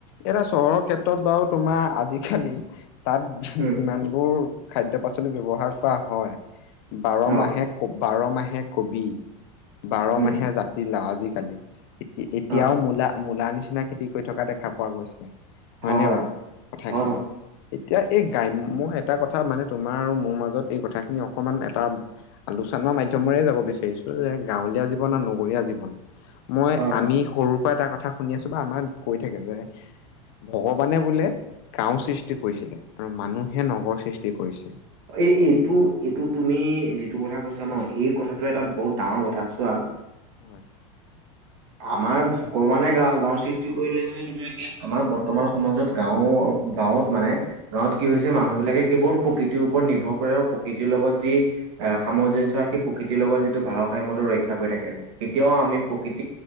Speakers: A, on the left; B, on the right.
A: এটা চহৰৰ ক্ষেত্ৰত বাৰু তোমাৰ আজিকালি। তাত
B: উম
A: যিমানবোৰ খাদ্য পাচলি ব্যৱহাৰ কৰা হয়। বাৰ
B: অ
A: মাহে বাৰ মাহে কবি। বাৰ
B: উম
A: মাহে জাতি লাওঁ আজিকালি এতি এতিয়াও
B: অ
A: মূলা, মূলা নিচিনা খেতি। থকা দেখা পোৱা গৈছে, হয়নে
B: হয় হয়
A: বাৰু কথাখিনি।
B: হয় হয়
A: এতিয়া এই গ্ৰাম্্য এটা কথা মানে তোমাৰ আৰু মোৰ মাজত এই কথাখিনি অকমান এটা আলোচনা। আমাৰ মাধ্মৰে যাব বিচাৰিছো যে গাঁৱলীয়া জীৱন আৰু নগৰীয়া জীৱন। মই
B: হয়
A: আমি সৰুৰ পৰা এটা কথা শুনি আছো বা আমাক কৈ থাকে যে। ভগৱানে বোলে গাঁও সৃষ্টি কৰিছিলে আৰু মানুহে নগৰ সৃষ্টি কৰিছে।
B: এই এইটো, এইটো তুমি যিটো কথা কৈছা ন। এই কথাটো এটা
A: হয়
B: বহুত ডাঙৰ কথা চোৱা।
A: হয়
B: আমাৰ ভগৱানে গা, গাওঁৰ সৃষ্টি কৰিলে মানে তোমাৰ এতিয়া আমাৰ বৰ্তমান সমাজত গাওঁ। গাঁৱত মানে গাঁৱত কি হৈছে
A: হয়
B: মানুহ বিলাকে কেৱল। প্ৰকৃতিৰ ওপৰত নিৰ্ভৰ কৰে আৰু প্ৰকৃতিৰ লগত যি সামঞ্জস্্য ৰা সি প্ৰকৃতিৰ লগত যিটো ভাৰসাইমত। ৰক্ষা কৰি থাকে কেতিয়াও আমি প্ৰকৃৃত।